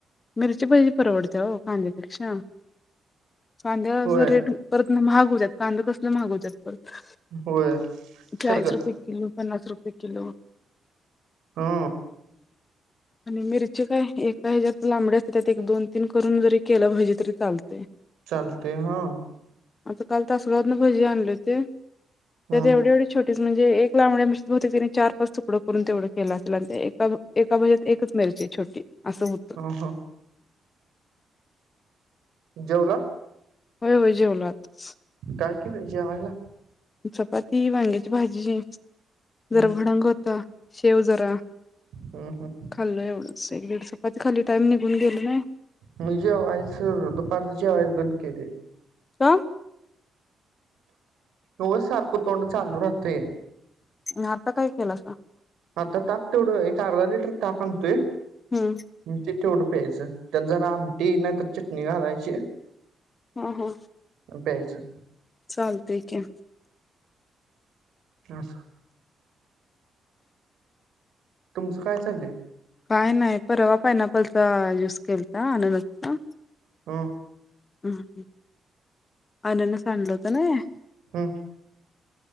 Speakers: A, on the left; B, on the right.
A: मिरची भजी परवडते हो कांद्यापेक्षा कांद्याच
B: होय
A: रेट परत मग महाग होत्यात कांद कसल महाग होत्यात परत
B: होय
A: चाळीस
B: सरग
A: रुपये किलो पन्नास रुपये किलो
B: हा
A: आणि मिरची काय एकाह्याच्यात लांबड असते त्यात एक दोन तीन करून जरी केलं भजी तरी चालते
B: चालतेय हां
A: आता काल तासगावातन भजी आणले होते
B: हा
A: त्यात एवढी एवढी छोटीच म्हणजे एक लांबड्या मिरचीच बहुतेक त्यांन चार पाच तुकडं करून तेवढं केलं असेल आणि एका एका भजीत एकच मिरची छोटी असं होत
B: हो. जेवला?
A: होय होय जेवलो आताच.
B: काय केलंय जेवायला?
A: चपाती वांग्याची भाजी
B: हम्म
A: जरा भडंग होत शेव जरा
B: हम्म हम्म
A: खाल्ल एवढंच एक दीड चपाती खाल्ली टाइम निघून गेल ना
B: मी जेवायचं दुपारच जेवायचं बंद केलंय
A: का?
B: उगच सारखं तोंड चालू राहतंय
A: म आता काय केलासा?
B: आता ताक तेवढं एक अर्धा लिटर ताक आणतोय
A: हम्म.
B: म ते तेवढं प्यायचं त्यात जरा आमटी नाही तर चटणी घालायची.
A: हां हा
B: आणि प्यायचं
A: चालतंय की
B: असं. तुमचं काय चाललंय?
A: काय नाही परवा पायनॅपलचा ज्यूस केलता अननसचा
B: हम्म.
A: उम हम् अननस आणलं होत नाही
B: हम.